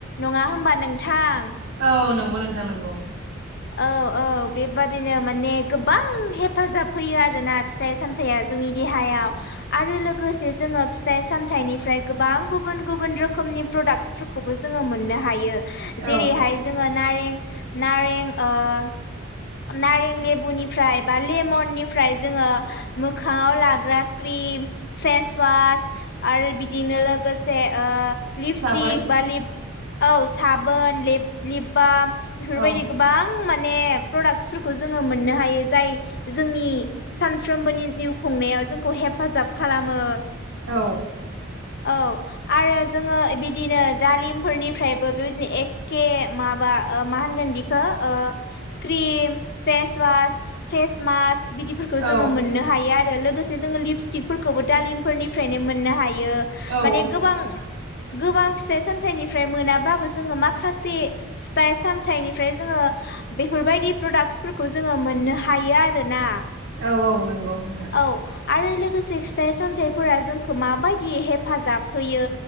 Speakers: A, on the left; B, on the right.
A: नङा होमबा नोंथां?
B: औ नंगौ नोंथां नंगौ।
A: औ औ बेबादिनो माने गोबां हेफाजाब होयो आरोना फिथाइ सामथाइया। जोंनि देहायाव। आरो लोगोसे जोङो फिथाइ सामथाइनिफ्राय गोबां गुबुन गुबुन रोखोमनि प्रडाक्ट फोरखौबो जोङो मोननो हायो जेरै
B: औ
A: हाय जोङो नारें नारें ओ नारें लेबुनि फ्राय बा लेमननिफ्राय जोङो मोखाङाव लाग्रा क्रिम फेसवास आरो बिदिनो लोगोसे ओ लिपस्टिक
B: साबोन
A: बा ल औ साबोन ल लिप बाम। बेफोरबायदि
B: औ
A: गोबां माने। प्रडाक्सफोरखौ जोङो मोननो हायो जाय जोंनि सानफ्रोमबोनि जिउ खुंनायाव जोंखौ हे हेफाजाब खालामो
B: औ
A: औ आरो जोङो बिदिनो। दालिमफोरनिफ्रायबो बेबायदिनो एखे माबा। माहानगोन बिखौ क्रिम फेसवास। फेस मास्क बिदिफोरखौ जोङो
B: औ
A: मोननो हायो आरो आरो लोगोसे जोङो लिपस्टिकफोरखौबो दालिमफोरनिफ्रायनो मोननो हायो
B: औ
A: माने गोबां। गोबां फिथाइ सामथाइनिफ्राय मोनाबाबो जोङो माखासे फिथाइ साम। थाइनिफ्राय जोङो बेफोरबायदि प्रडाक्टसफोरखौ जोङो मोननो हायो आरो ना।
B: औ औ नंगौ नोंथां
A: औ आरो लोगोसे। सि फिथाइ सामथफोरा जोंखौ माबायदि हेफाजाब होयो